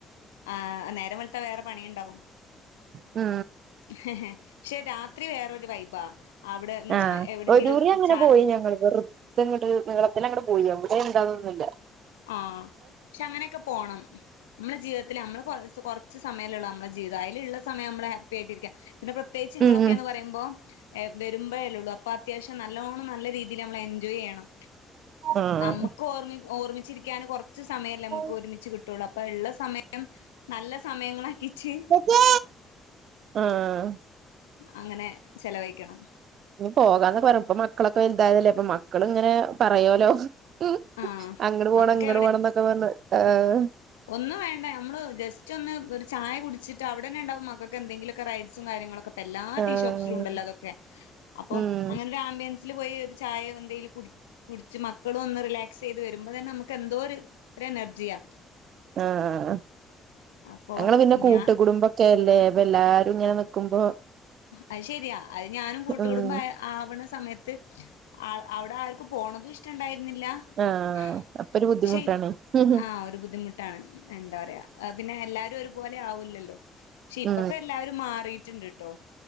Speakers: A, on the left; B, on the right.
A: ആഹ നേരം വെളുത്താൽ വേറെ പണിയുണ്ടാവും
B: മ്മ്
A: ഹ ഹ പക്ഷെ രാത്രി വേറൊരു വൈബാ അവിടെ
B: ആഹ
A: എവിടെങ്കിലും
B: ഒ ദൂരെ അങ്ങനെ
A: ചാ
B: പോയി ഞങ്ങൾ വെറ ഇ ഇങ്ങട്ട് നിങ്ങളളത്തിന്നെ അങ്ങടെ പോയി അ ഇവിടെ എന്താന്നൊന്നുമല്ല
A: ആഹ പക്ഷെ അങ്ങനെയൊക്കെ പോണം നമ്മള ജീവിത്തിൽ നമ്മള്റ കുറച്ച് സമയലെഉള്ളു നമ്മുടെ ജീവിതം അതിലുള്ള സമം നമ്മള് ഹാപ്പ ആയിട്ടിരിക്കാം പിന്നെ പ്രത്യേകിച്ച് ഇങ്ങളൊക്കെ
B: ഉം ഉം
A: എന്ന് പറയുമ്പോ വരുമ്പോഴേല ഉള്ളൂ അപ്പൊ അത്യാവശ്യം നല്ലോണം നല്ല രീതി മ്മ എൻജോയ് ചെയ്യണം
B: ആഹ്
A: നമുക്ക് ഓർ ഓർ ചിരിക്കൻ കുറച്ച് സമയമല്ലേ നമുക്ക്
B: ഉം
A: ഒരുമിച്ച് കിട്ടുള്ളൂ അപ്പൊ ഉള്ള സമയം നല്ല സമയങ്ങളാക്കിട്ട്
B: ഏ ആം
A: അങ്ങനെ ചെലവഴിക്കണം
B: ഇ പോകാന്നെ പറ ഇപ്പൊ മക്കളൊക്കെ വലുതല്ലേ ഇപ്പൊ മക്കള ഇങ്ങനെ പറയലോ മ്
A: ആഹ്
B: അങ്ങട് പോണം
A: മക്കക്ക്
B: ഇങ്ങട് പോണം എന്നൊക്കെ പറ ആഹ്
A: ഒന് വേണ്ട നമ്മള് ജസ്റ്റ് ഒന്ന് ഒരു ചായ കുടിച്ചിട്ട് അവിടെന്നെ ഉണ്ടാവും മക എന്തെങ്കിലുമൊക്കെ റ്സും കാര്യങ്ങളൊക്കെ എല്ലാ
B: ആഹ്
A: ടീ ഷോപസും ഉണ്ടല്ലോ അതൊക്കെ അപ്പൊ
B: ഉം
A: അങ്ങനെ ഒരുൻ പോയി ചായ എന്തെലും കു കുടിച് മക്കളും ഒന്ന് റിലാക് ചെയ്ത് വരുമ്പ തന്നെ നമുക്ക് എന്തോ ഒരു എനർജിയാ
B: ആഹ
A: അപ്പോ
B: ഞങ്ങള് പിന്നെ കൂട്ടുകുടുംബ
A: ഞാൻ
B: ഒക്കെല്ലേ അപ്പൊ എല്ലാരും ഇങ്ങനെ നക്കുമ്പോ
A: അത് ശരിയാ അത് ഞാനും കൂട്ടുകൂടുമ്പോ
B: ഉം
A: ആവണ സമയത്ത് അവിടെ ആർക്ക് പോണതും ഇഷ്ടുണ്ടായിരുന്നില്ല ആഹ
B: ആഹ് അപ്പൊ ഒരു ബുദ്ധിമുട്ടാണ്
A: ഷേ
B: ഉം
A: ആഹാ ബുദ്ധിമുട്ടാണ് എന്താ പറയാ പിന്നെ എല്ലാരും അപോലെ ആവില്ലല്ലോ പക്ഷെ ഇപ്പൊക്കെ
B: ഉം
A: എല്ലാവരും മാറിട്ടുണ്ട് കേട്ടോ